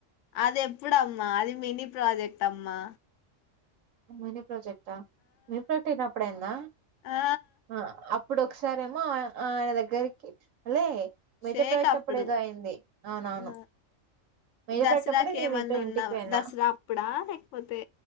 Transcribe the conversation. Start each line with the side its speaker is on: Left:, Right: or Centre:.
Left: అది ఎప్పుడమ్మా అది మినీ ప్రాజెక్ట్ అమ్మా
Right: మినీ ప్రాజెక్ట్ ఆ మిన్ ప్రాజెక్ట్ అప్పుడు అయ్యిందా
Left: ఆ
Right: ఆ అప్ ఇప్పుడు ఒకసారేమో ఆ ఆయన దగ్గరికి లే మేజర్
Left: షేక్
Right: ప్రాజెక్ట్
Left: అప్పుడు
Right: అప్పుడేదో అయింది అవునవును
Left: ఆ
Right: మేజర్
Left: దసరాకి
Right: ప్రాజెక్ట్ అప్పుడే నేను
Left: ఏమన్నా
Right: నీతో ఇంటికి
Left: ఉన్నా
Right: పోయిన
Left: దసరా అప్పుడా లేకపోతే